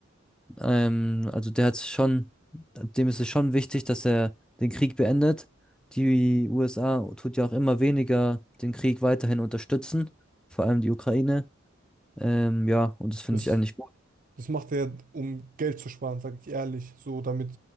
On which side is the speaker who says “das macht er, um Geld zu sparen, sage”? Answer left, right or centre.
Right